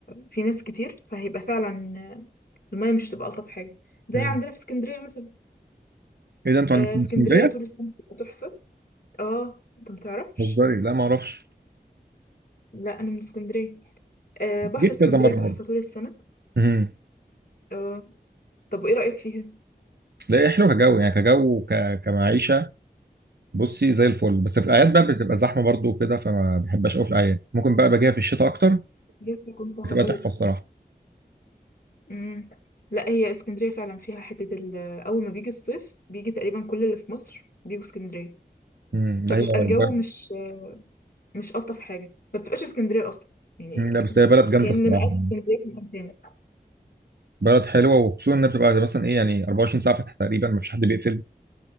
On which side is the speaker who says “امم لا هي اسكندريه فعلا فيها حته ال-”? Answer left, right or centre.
Left